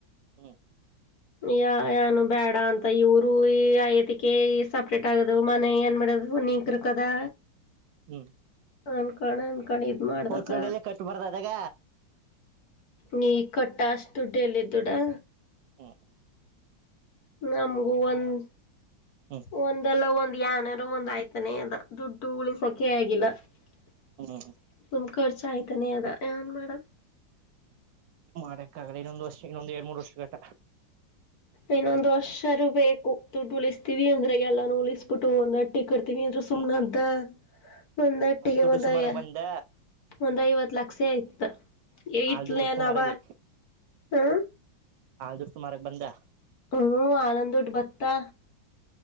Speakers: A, on the right; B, on the left.
A: ಹ್ಮ
B: ಯ ಯಾನು ಬೇಡ ಅಂತ ಇವರು ಈ ಐತಿಕ ಸಪ್ರೇಟ್ ಆಗದು ಮನೆ ಏನ್ ಮಾಡ ನೀಕರು ಕದಾ
A: ಹ್ಮ್
B: ಅನ್ಕಣ ಅನ್ಕಣ ಇದ್ ಮಾಡ್ದಕ್ಕ
A: ಕೋತ್ಲೋಡೆಲ್ಲ ಕಟ್ಬಾರ್ದ ಅದಾಗ
B: ನೀ ಕಟ್ಟಷ್ಟ ದುಡ್ಡು ಎಲ್ಲ ದುಡಾ
A: ಹ್ಮ <inaudible>
B: ನಮಗು ಒಂದ್
A: ಹ್ಮ್
B: ಒಂದಲ್ಲ ಒಂದ ಏನಾರ ಒಂದ ಆಯ್ತಾನೆ ಅದ ದುಡ್ಡು ಉಳಿಸ <unintelligible>
A: ಹ್ಮ್
B: <unintelligible> ಏನ್ ಮಾಡಮ್
A: ಮಾಡಕ್ಕ ಆಗಲ್ಲ ಇನ್ನೊಂದು ವರ್ಷ ಇನ್ನೊಂದು ಎರಡ್ ಮೂರ್ ವರ್ಷ ಗಟ
B: ಇನ್ನೊಂದ್ ವರ್ಷರು ಬೇಕು ದುಡ್ಡು ಉಳಿಸ್ತೀವಿ ಅಂದ್ರೆ ಎಲ್ಲಾನು ಉಳಿಸಬಿಟ್ಟು ಒಂದ್ಟ್ಟಿ ಕರ್ತವಿ ಅ್ರ ಸುಮ್ನೆ
A: ಹ್ಮ್
B: ಅದ್ದ ಒಂದಟ್ಟಿಗೆ
A: ಹಾಲ್ ದುಡ್ಡು
B: ಒಂದಾಯ
A: ಸುಮಾರಾಗ ಬಂದ
B: ಒಂದ ಇವತ್ತು ಇತ್ ಲಕ್ಷಸ ಆಯತ
A: ಹಾಲ್
B: ಇತ್ಲಯ
A: ದುಡ್ಡು ಸುಮಾರಾಗಿ
B: ನಾವ ಹ
A: ನಾ ದಿವ ಸುಮಾರಾಗ ಬಂದ
B: ಹ್ಮ ಹಾಲುಂದು ದುಡ್ಡ್ ಭತ್ತಾ